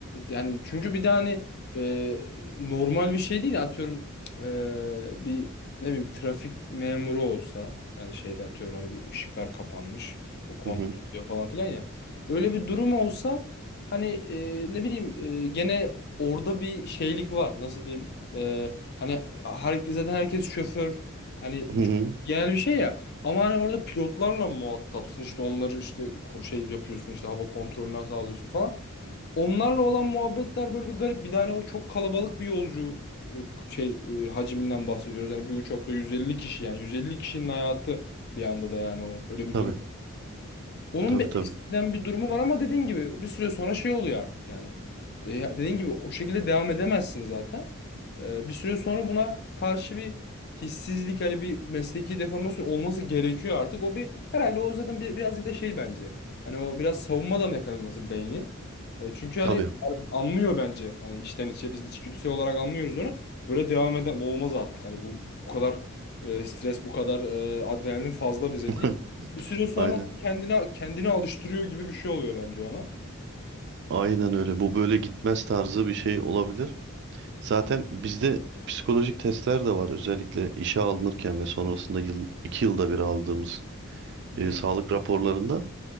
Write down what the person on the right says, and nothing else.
Hı hı.
Hı hı.
Tabii
tabii
tabii.
Tabii.
<laughs>
Aynen.
Aynen öyle. Bu böyle gitmez tarzı bir şey olabilir. Zaten bizde psikolojik testler de var. Özellikle işe alınırken ve sonrasında yıl, iki yılda bir aldığımız
e, sağlık raporlarında